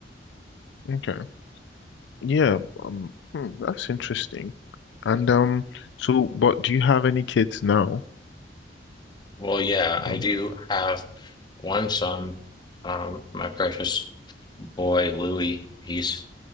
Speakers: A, on the left; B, on the left.
A: okay. Yeah. Um, hmm, that's interesting. And um, so, but do you have any kids now?
B: Well, yeah, I
A: Well,
B: do have one son, um, my precious boy Louis. He's